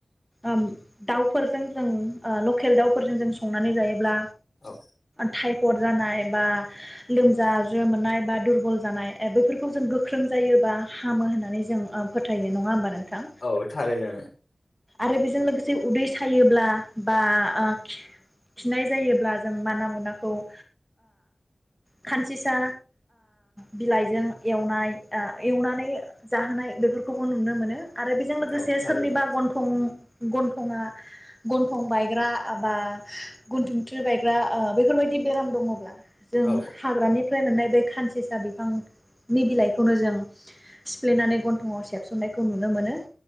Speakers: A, in the centre; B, on the left.
A: ओम दाउफोर - जों जों ओ लकेल दाउफोरजों जों संनानै जायोब्ला
B: औ
A: थाइ थर जानाय बा लोमजा ज्रो मोननाय बा दुरबल जानाय बैफोरखौ जों गोख्रों जायो बा हामो होननानै जों फोथायो । नङा होमबा नों थां
B: औ औ थारैनो
A: आरो बेजों लोगोसे उदै थायोब्ला बा ओ खि-खिनाय जायोब्ला जों माना मुनाखौ ओ खानसि सिसा बिलाइजों एवनाय एवनानै जाहोनाय बेफोरखौबो नुनो मोनो । आरो बेजों लोगोसे
B: औ थारैनो
A: सोरनिबा गन्थं गन्थंआ गन्थं बायग्रा एबा गन्थंथ्रि बायग्रा ओ बेफोरबायदि बेराम दङब्ला जों
B: औ
A: हाग्रानि मोननाय बे खानसेसा बिफांनि बिलाइखौनो जों सिफ्लेनानै गन्थंआव सेबसननायखौ नुनो मोनो ।